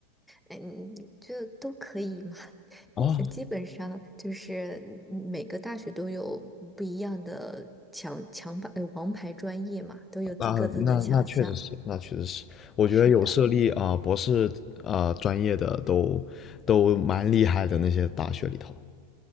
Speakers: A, in the centre; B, on the left (about 25°).
A: 哎嗯，就都可以嘛，<laughs> 因基本上就是
B: 啊、
A: 每个大学都有不一样的强强牌呃王牌专业嘛，都有自各自的强项。
B: 那那那确实是，那确实是，我觉得有设立啊、
A: 是的。
B: 呃博士啊、呃专业的都都蛮厉害的那些大学里头，